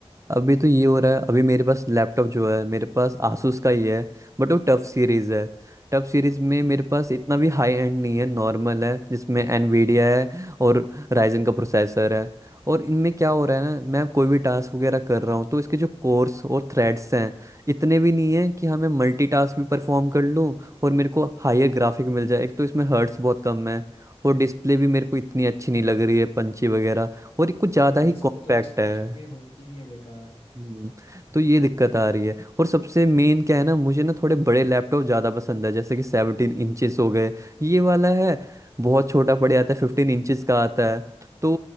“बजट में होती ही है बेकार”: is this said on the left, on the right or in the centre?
Left